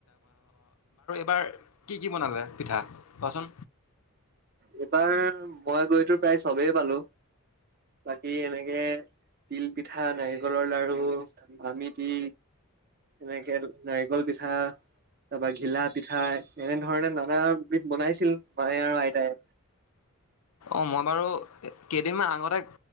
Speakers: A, on the left; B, on the right.
A: বাৰ কি কি বনালে পিঠা কোৱাচোন?
B: এইবাৰ মই গৈতো প্ৰায় চবেই পালো বাকী এনেকে তিল পিঠা নাৰিকলৰ লাাৰু আমিতি এনেকে নাৰিকল পিঠা তাৰপা ঘিলাত পিঠাই এনেধৰণে নানা বনাইছিল মায়ে আৰু আইতায়
A: অ মই বাৰু কেইদিনমান আগতে